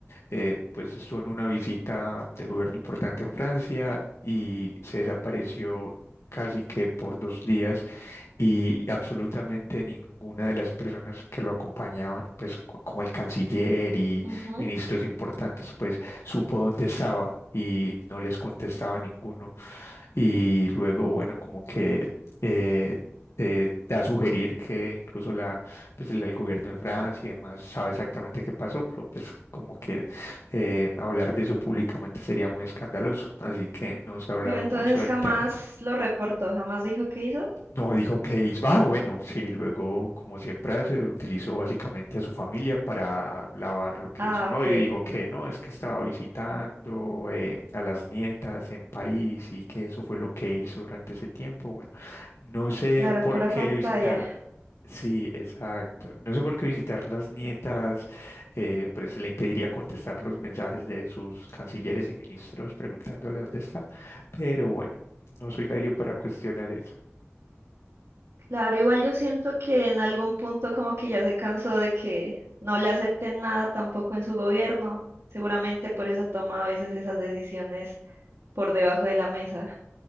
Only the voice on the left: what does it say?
eh, pues, estuvo en una visita de gobierno importante en Francia y se desapareció casi que por dos días y absolutamente ninguna de las personas que lo acompañaban, pues co- como el canciller y
ministros importantes, pues supo dónde estaba y no les contestaba ninguno. Y luego, bueno, como que eh, eh, da a sugerir que incluso la, pues el, el gobierno de Francia y demás sabe exactamente qué pasó, pero pues como que eh, hablar de eso públicamente sería muy escandaloso. Así que no se ha hablado
mucho del
tema.
No dijo que hizo. Ah, bueno, sí, luego, como siempre hace, utilizó básicamente a su familia para lavar lo que
hizo, ¿no?
Y dijo que no, es que estaba visitando eh, a las nietas en París y que eso fue lo que hizo durante ese tiempo. Bueno, no sé
por
qué
visitar. Sí, exacto. No sé por qué visitar las nietas, eh, pues le impediría contestar los mensajes de sus cancilleres y ministros preguntándole dónde está. Pero bueno, no soy nadie para cuestionar eso.